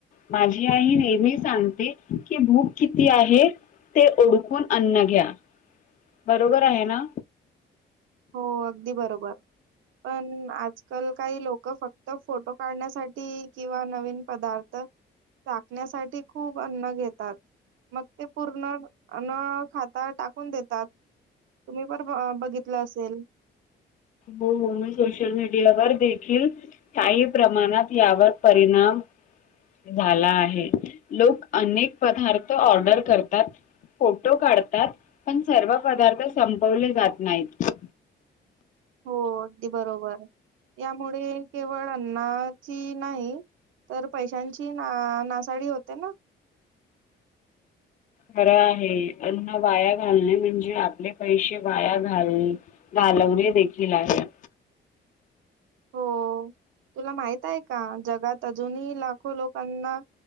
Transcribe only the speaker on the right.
हो अगदी बरोबर. पण आ आजकाल काही लोक फक्त फोटो काढण्यासाठी किंवा नवीन पदार्थ चाकण्यासाठी खूप अन्न घेतात मग ते पूर्ण न खाता टाकून देतात तुम्ही पण बघितलं तलं असेल.
हो अगदी बरोबर. यामुळे केवळ अन्नाची नाही तर पैशांची ना नासाडी होते ना.
हो तुला माहित आहे का जगात अजूनही लाखो लोकांना